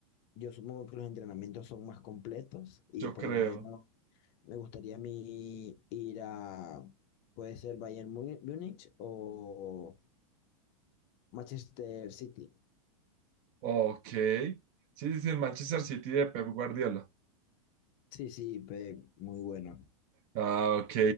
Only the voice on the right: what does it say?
Yo
creo.
Ok. Sí, sí, sí, el Manchester City de Pep Guardiola.
Ah, ok.